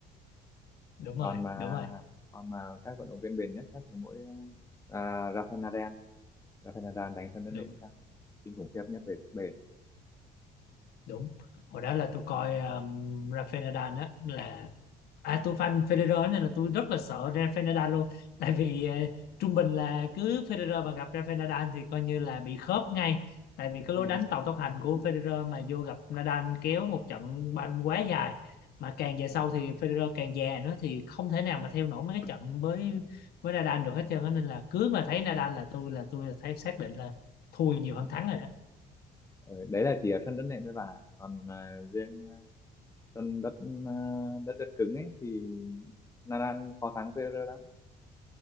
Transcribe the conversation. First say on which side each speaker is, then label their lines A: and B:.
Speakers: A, on the left; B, on the left.
A: đúng
B: Còn
A: rồi
B: mà
A: đúng rồi
B: còn mà các vận động viên bền nhất chắc là mỗi à, Rafael Nadal. Rafael Nadal đánh sân đất
A: đúng
B: nện chắc là kinh khủng khiếp nhất về sức bền.
A: đúng hồi đó là tôi coi um, Rafael Nadal á là À tôi fan Federer nên là tôi rất là sợ Rafael Nadal luôn tại vì ờ, trung bình là cứ Federer mà gặp Rafael Nadal thì coi như là bị khớp ngay tại vì cái
B: <laughs>
A: lối đánh tàu tốc hành của Federer mà vô gặp Nadal kéo một trận banh quá dài mà càng về sau
B: À,
A: thì Federer càng già nữa thì không thể nào mà theo nổi mấy cái trận với với Nadal được hết trơn á. nên là cứ mà thấy Nadal là tôi là tôi là thấy xác định là thua nhiều
B: ừ.
A: hơn thắng rồi đó
B: Ừ, đấy là chỉ ở sân đất nện với bạn ạ còn à, riêng à, sân đất à, đất đất cứng ấy thì Nadal khó thắng Federer lắm